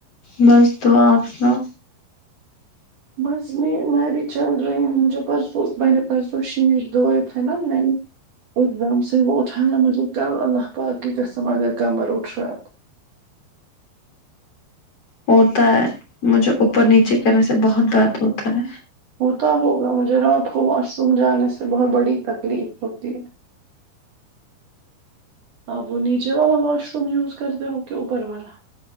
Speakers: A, on the left; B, on the right.
A: بس تو اپ سناو
B: بس میں میں بھی چل رہی ہوں میں نے پرسوں شیش دھوئے تھے نہ ایک دم سے وہ اٹھانا مجھے کر اللہ پاک کی قسم اگر کمر اٹھ راہا ہے تو
A: ہوتا ہے مجھے اوپر نیچے کرنے سے بہت درد ہوتا ہے
B: ہوتا ہوگا مجھے رات کو اور سم جانے سے بہت بڑی تکلیف ہوتی ہے آپ وہ نیچے والا واش روم یوز کرتے ہو کہ اوپر والا